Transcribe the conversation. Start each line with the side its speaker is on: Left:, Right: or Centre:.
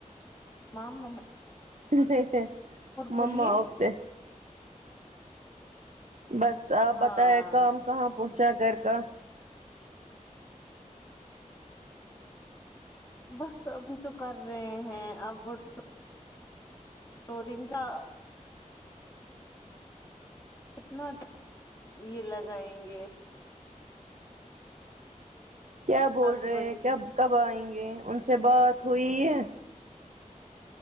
Left: مام مم
Right: ہے۔ ہے۔ ہے
Left: بولیے
Right: مما آپ سے بس آپ
Left: ہاں
Right: بتائے کام کہاں پہنچا گھر کا
Left: بس ابھی تو کر رہے ہیں اب بٹ دو دن کا کتنا ٹائم یہ لگائیں گے
Right: کیا بول
Left: ہسبینڈ
Right: رہے ہیں کیاب کب آئیں گے ان سے بات ہوئی ہے